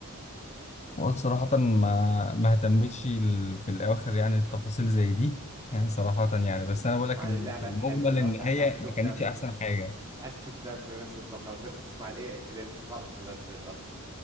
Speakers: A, on the left (about 30°); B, on the right (about 15°).
A: هو صراحة ما ما اهتمتش ال- في الأواخر يعني التفاصيل زي دي يعني صراحة يعني بس
B: أنت كنت بتسمع
A: أنا بقول لك
B: عن
A: إن
B: اللعبة
A: في المجمل
B: الحلوة اللي
A: النهاية
B: هو انت انت عايز تشوف
A: ما كانتش
B: دم
A: أحسن حاجة
B: انت عايز تشوف دم بس انت خلاص كنت بتسمع لايه للحرب بس مش اكتر